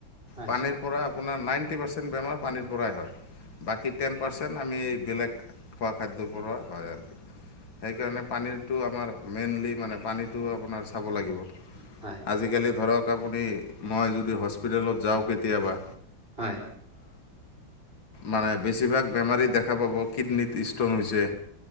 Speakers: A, on the right; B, on the left.
A: হয়
B: পানীৰ
A: ছাৰ
B: পৰা আপোনাৰ নাইণ্টি পাৰ্চেণ্ট বেমাৰ পানীৰ পৰাই হয়। বাকী টেন পাৰ্চেণ্ট আমি বেলেগ খোৱা খাদ্যৰ পৰা হয় আৰু। সেইকাৰণে পানীটো আমাৰ মেইনলি, মানে পানীটো আপোনাৰ চাব লাগিব।
A: হয়।
B: আজিকালি ধৰক আপু, নি মই যদি হস্পিটেলত যাওঁ কেতিয়াবা।
A: হয়।
B: মানে বেছিভাগ বেমাৰী দেখা পাব কিডনিত ষ্ট'ন হৈছে।